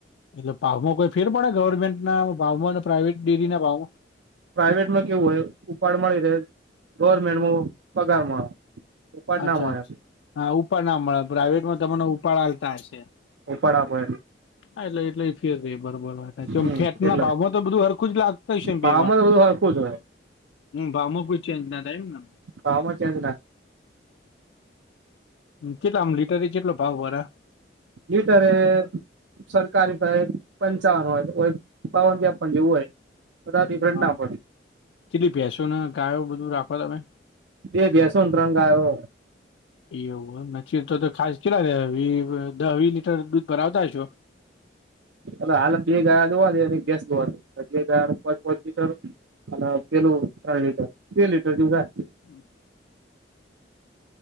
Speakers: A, on the left (about 75°); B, on the right (about 80°).
A: એટલે ભવમાં કોઈ ફેર પડે ગવર્મેન્ટના ભાવમાં અને પ્રાઇવેટ ડેરીના ભાવમાં
B: પ્રાાઈવેટમાં કેવું હોય ઉપાડ મળી રે ગવર્મેન્ટમાં પગાર મળે ઉપાડ
A: અચ્છા
B: ના મળે
A: અચ્છ હા ઉપાડ ના મળે પ્રઇવેટમાં તમને ઉપાડ હાલતા હશે
B: ઉપાડ આપે
A: હા એટલે એટલે ફેર રેય બરોબર
B: હમ
A: ફેટ
B: એટલે
A: ના ભાવ માં તો બધું હર કુ લાગતા હોય છે
B: ભાવમાં
A: બે માં
B: તો બધું હરખું જ હોય
A: હ ભાવો કો ચેન્જ ના થાય એમ ન
B: ભાવમાં ચેન્જ ના
A: કેટલા આમ લીટરથી કેટલો ભાવ ભરે
B: લનીરે સરકારી પહી પંચાવન હોય તો બાવન તેપન જેવું હોય બધા
A: એવ
B: ડિફરન્ટ
A: હ
B: ના પડે
A: કેટલી ભેસો ને ગાયો બધું રાખો તમે?
B: બે ભેસો ન ત્રણ ગાયો
A: હ એવુ <unintelligible> તો તો ખાસ કેેલા રે દ વી લીટર દૂધ ભરાવતા હશો
B: એટલે હા બે ગાય દોવા દે અને ગેસ દોવા દે <unintelligible> અને પેલું ત્રણ લીટર કે લીટર જેવુ થાય
A: હમ.